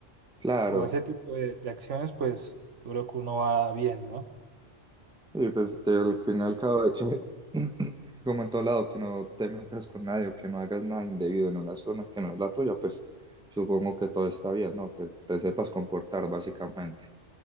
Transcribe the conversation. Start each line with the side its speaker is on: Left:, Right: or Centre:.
Centre: claro.
Right: o ese tipo de, de acciones, pues yo creo que uno va bien, ¿no?
Centre: Y pues te- al final cada vez que, <clears throat> como en todo lado, que no te metas con nadie o que no hagas nada indebido en una zona que no es la tuya, pues supongo que todo está bien, ¿no? Que te sepas comportar básicamente.